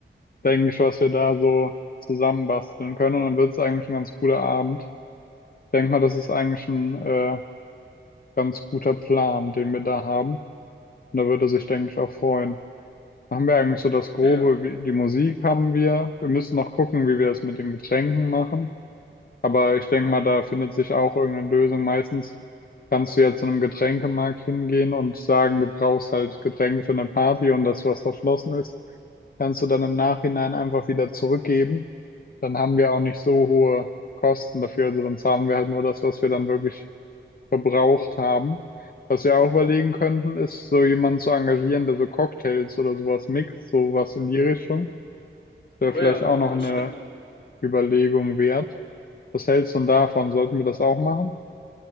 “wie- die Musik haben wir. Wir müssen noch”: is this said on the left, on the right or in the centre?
Left